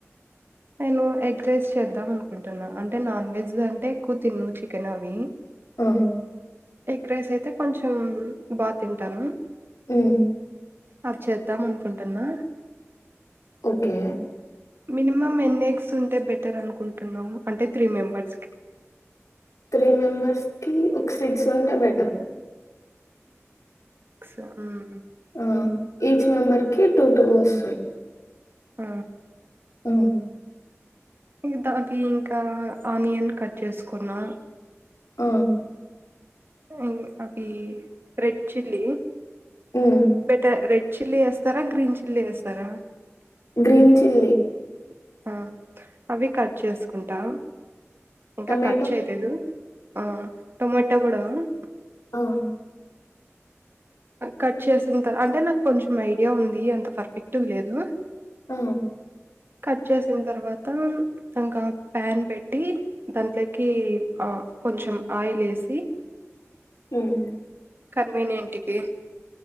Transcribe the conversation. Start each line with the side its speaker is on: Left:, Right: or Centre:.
Right: నేను ఎగ్ రైస్ చేద్దాం అనుకుంటున్నా అంటే నాన్ వెజ్ అంటే ఎక్కువ తిన్ను చికెన్ అవి
Left: అ
Right: ఎగ్ రైస్ అయితే కొంచెం బాగా తింటాను
Left: ఉమ్
Right: అది చేద్దాం అనుకుంటున్నా
Left: ఓకే
Right: మినిమం ఎన్ని ఎగ్స్ ఉంటే బెటర్ అనుకుంటున్నావ్ అంటే త్రీ మెంబర్స్ కి
Left: త్రీ మెంబర్స్ కి ఒక సిక్స్ ఉంటే బెటర్
Right: సిక్సా ఉమ్
Left: ఆ ఈచ్ మెంబర్ కి టూ టూ వస్తాయి
Right: ఆ
Left: ఉమ్
Right: దానికి ఇంకా ఆనియన్ కట్ చేసుకున్నా
Left: అ
Right: ఉమ్ అవి రెడ్ చిల్లి
Left: హ్మ్
Right: బెటర్ రె చిల్లీ వేస్తారా గ్రీన్ చిల్లీ వేస్తారా
Left: గ్రీన్ చిల్లీ
Right: ఆ అవి కట్ చేసుకుంటా ఇంకా
Left: టమాటో
Right: కట్ చేయలేదు ఆ టొమోటో గుడా ఆమ్
Left: ఆ
Right: కట్ చేసినంత అంటే నాకు కొంచెం ఐడియా ఉంది అంత పర్ఫెక్ట్ లేదు
Left: ఆ
Right: కట్ చేసిన తర్వాత ఇంకా ప్యాన్ పెట్టి దాంట్లోకి కొంచెం ఆయిల్ వేసి
Left: ఉమ్
Right: కన్వీనియంటికి